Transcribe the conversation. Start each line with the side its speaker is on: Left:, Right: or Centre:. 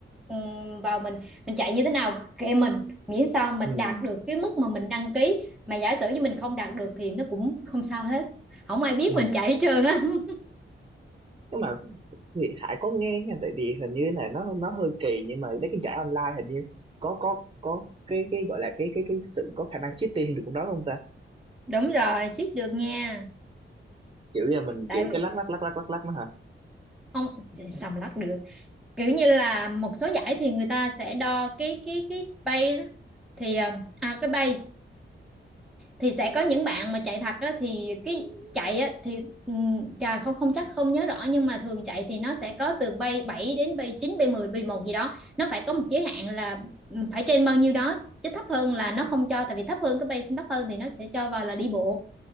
Centre: ừm, vào mình mình chạy như thế nào kệ mình miễn sao mình
Right: ừ.
Centre: đạt được cái mức mà mình đăng ký mà giả sử như mình không đạt được thì nó cũng không sao hết không ai biết
Right: Ừ.
Centre: mình chạy hết trơn á <laughs>
Right: nhưng mà thì Hải có nghe nha tại vì hình như là nó nó hơi kỳ nhưng mà mấy cái giải online hình như có có có cái cái gọi là cái cái cái sự có khả năng cheating được cũng đó không ta
Centre: đúng rồi cheat được nha
Right: kiểu giờ mình
Centre: tại
Right: kiểu
Centre: vì
Right: cái lắc lắc lắc lắc lắc lắc mà hả
Centre: không sầm lắc được kiểu như là một số giải thì người ta sẽ đo cái cái cái space á, thì à à, cái base thì sẽ có những bạn mà chạy thật á, thì cái chạy á, thì ừm, chà không không chắc không nhớ rõ nhưng mà thường chạy thì nó sẽ có từ bay 7 đến bay chín bay mười bay mười một gì đó nó phải có một giới hạn là ừm, phải trên bao nhiêu đó chứ thấp hơn là nó không cho tại vì thấp hơn cái bay thấp hơn thì nó sẽ cho vào là đi bộ